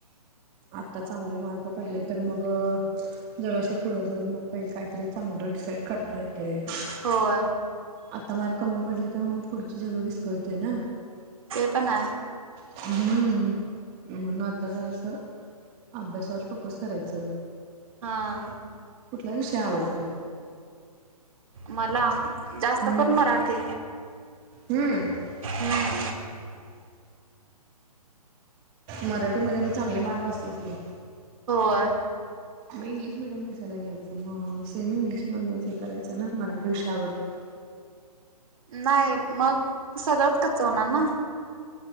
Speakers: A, on the right; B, on the right.
A: आत्ता चांगले मार्क पडले तर मग जर असं पुढं जाऊन मग पाहिल काहीतर चांगलं डिसाईड करता येतय.
B: होय.
A: आत्ता मार्क कमी पडले तर मग पुढचं सगळं विस्कळते ना?
B: ते पण हाय.
A: हम् म्हणून आता जर असं अभ्यासावर फोकस कराय च
B: हा
A: कुठला विषय आवडतोय?
B: मला जास्त
A: हम्म
B: करून मराठी.
A: हम्म
B: हम्म.
A: मराठीमध्ये मग चांगले मार्क असतील की?
B: होय.
A: म इंग्लिश मिडियम कशाला घ्यायचं म सेम इंग्लिश मधच हे करायचं ना मराठी विषय आवडतो तर.
B: नाय मग सगळंत कच्च होणार ना.